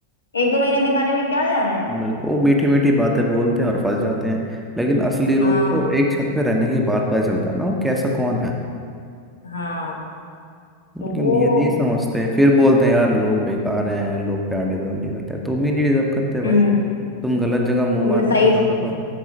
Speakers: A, on the left; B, in the centre.
A: एक दो महीने दिखाने में क्या जा रहा है
B: बिल्कुल वो मीठी मीठी बातें बोलते हैं और फंस जाते हैं लेकिन असली रूप
A: हाँ
B: तो एक छत में रहने के बाद पता चलता है ना वो कैसा कौन है
A: हाँ
B: लेकिन
A: तो वो
B: ये नहीं समझते फिर बोलते हैं यार लोग बेकार हैं लोग प्यार डिजर्व नहीं करते तुम ही नहीं डिजर्व करते भाई
A: हम्म
B: तुम गलत जगह मुंह
A: तुमने
B: मारते
A: सही
B: फिरोगे तो